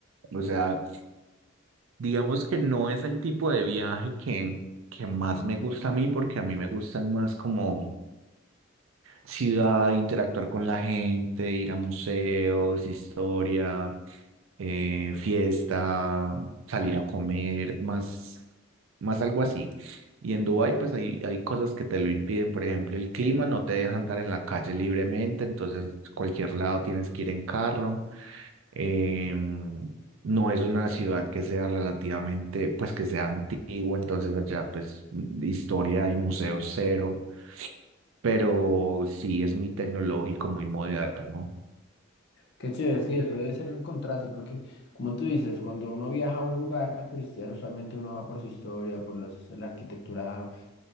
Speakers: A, on the right (about 70°); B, on the left (about 55°).
A: O sea, digamos que no es el tipo de viaje que, que más me gusta a mí, porque a mí me gustan más como ciudad, interactuar con la gente, ir a museos, historia, eh, fiesta, salir a comer, más, más algo así. Y en Dubái, pues hay, hay cosas que te lo impiden. Por ejemplo, el clima no te deja andar en la calle libremente, entonces cualquier lado tienes que ir en carro. Em, no es una ciudad que sea relativamente, pues que sea antigua, entonces allá pues historia y museos cero pero sí es muy tecnológico, muy moderno.
B: Qué chévere, sí, eso debe ser el contraste, porque como tú dices, cuando uno viaja a un lugar a turistear, usualmente uno va por su historia, por los- la arquitectura